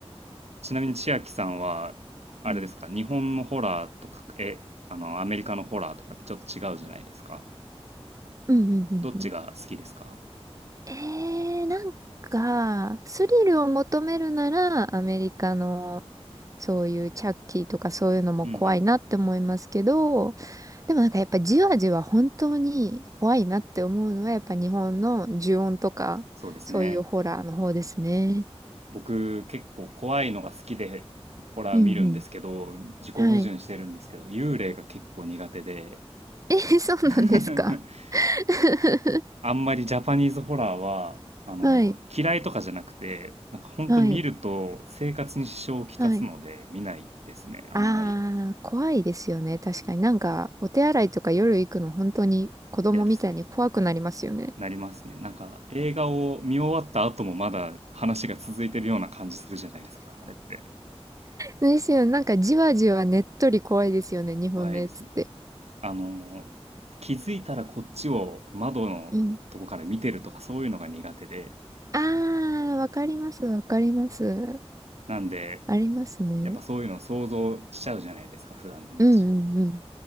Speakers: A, on the right; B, on the right.
A: ちなみに千秋さんは、あれですか、
B: <laughs> うん。
A: 日本のホラーとか、え、あの、アメリカのホラーとかってちょっと違うじゃないですか。
B: うんうんうんうん
A: どっちが好きですか
B: えー、なんか、スリルを求めるなら、アメリカの、そういうチャッキーとかそういうのも怖いなって思いますけど、
A: うんうん。
B: でもなんかやっぱじわじわ本当に怖いなって思うのは、やっぱ日本の呪怨とか、
A: そうですね。
B: そういうホラーの方ですね。
A: 僕、結構怖いのが好きで、ホラー見るんですけど、
B: うんうん。
A: 自己矛盾してるんですけど、
B: はい。
A: 幽霊が結構苦手で
B: <laughs> えー、そうなんですか。
A: <laughs>
B: <laughs>
A: あんまりジャパニーズホラーは、あの、
B: はい、
A: 嫌いとかじゃなくて、なんか本当見ると生活に支障をきたすので見ないですね。
B: はい、はい。
A: あんまり。
B: ああ、怖いですよね。確かになんか、お手洗いとか夜行くの本当に子供みたいに怖くなりますよね。
A: 嫌ですね。なりますね。なんか映画を見終わった後もまだ話が続いてるような感じするじゃないですか。あれって。
B: ですよ。なんかじわじわねっとり怖いですよね、日本のやつって。
A: 怖いですね。あの、気づいたらこっちを窓のとこから見てるとかそういうのが苦手で。
B: うん。ああ、わかります、わかります。
A: なんで、
B: ありますね。
A: やっぱそういうのを想像しちゃうじゃないですか、普段の日常で。
B: うんうんうん。